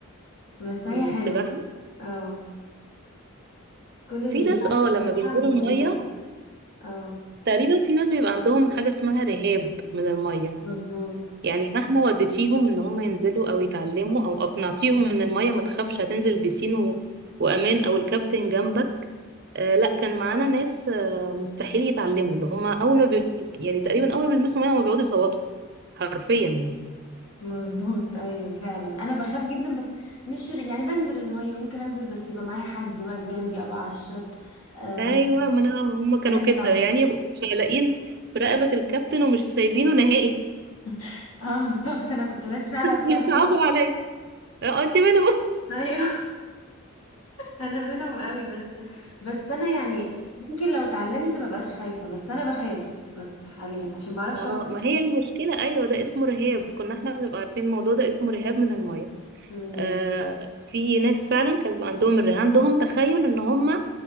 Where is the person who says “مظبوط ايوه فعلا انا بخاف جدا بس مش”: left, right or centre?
Left